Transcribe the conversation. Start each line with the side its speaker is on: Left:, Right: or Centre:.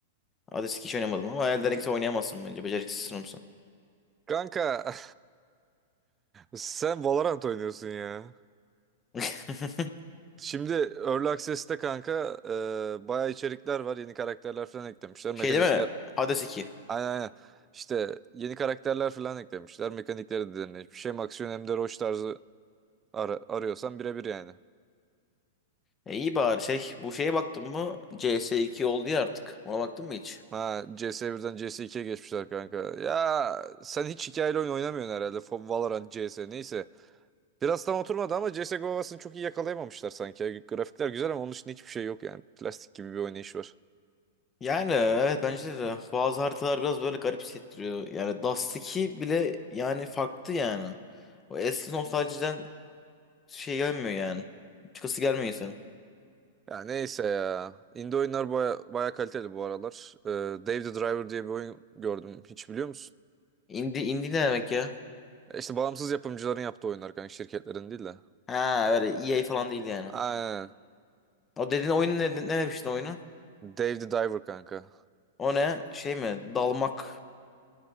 Left: Hades iki hiç oynamadım ama Elden Ring sen oynayamazsın bence. Beceriksiz sınıfsın.
Right: Kanka Sen Valorant oynuyorsun ya.
Left: <laughs>
Right: Şimdi Early Access'te kanka e, bayağı içerikler var. Yeni karakterler falan eklemişler.
Left: Şey
Right: Mekanikler
Left: değil mi? Hades 2.
Right: aynen aynen. İşte yeni karakterler falan eklemişler. Mekanikleri de derinleşmiş. hiçbir şey Hem aksiyon hem de roş tarzı ara, arıyorsan birebir yani.
Left: E iyi bari şey bu şeye baktın mı? cs iki oldu ya artık. Ona baktın mı hiç?
Right: Ha CS1'den CS2'ye geçmişler kanka. Ya sen hiç hikayeli oyun oynamıyorsun herhalde. Fo- Valorant, CS neyse. Biraz tam oturmadı ama CSGO havasını çok iyi yakalayamamışlar sanki. Ya. Grafikler güzel ama onun için hiçbir şey yok yani. Plastik gibi bir oynayış var.
Left: Yani evet bence de bazı haritalar biraz böyle garip hissettiriyor. Yani Dust 2 bile yani farklı yani. O eski nostaljiden şey gelmiyor yani. Çıkası gelmiyor insanın.
Right: Ya neyse ya. Indie oyunlar baya, baya kaliteli bu aralar. Ee, Dave the Driver diye bir oyun gördüm. Hiç biliyor musun?
Left: Indie, indie ne demek ya?
Right: E İşte bağımsız yapımcıların yaptığı oyunlar kanka. Şirketlerin değil de.
Left: Ha öyle EA falan değil yani.
Right: Aynen.
Left: O dediğin oyun ne, ne demiştin oyunu?
Right: Dave the Diver kanka.
Left: O ne? Şey mi? Dalmak.